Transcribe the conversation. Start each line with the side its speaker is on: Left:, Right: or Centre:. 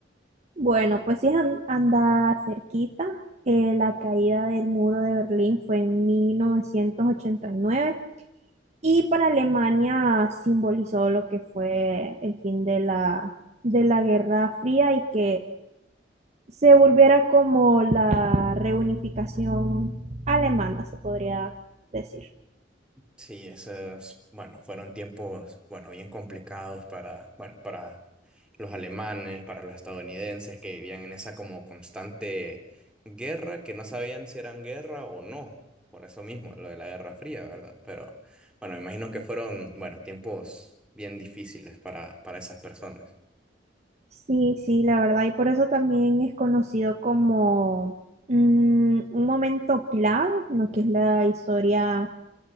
Right: Bueno, pues si es an- anda cerquita, eh, la caída del muro de Berlín fue en 1989 y para Alemania simbolizó lo que fue el fin de la, de la Guerra Fría y que se volviera como la reunificación alemana, se podría decir.
Centre: Sí, esos, bueno, fueron tiempos, bueno, bien complicados para, bueno, para los alemanes, para los estadounidenses que vivían en esa como constante guerra, que no sabían si eran guerra o no, por eso mismo, lo de la Guerra Fría, ¿verdad? Pero, bueno, me imagino que fueron, bueno, tiempos bien difíciles para, para esas personas.
Right: Sí, sí, la verdad, y por eso también es conocido como mm, un momento clave en lo que es la historia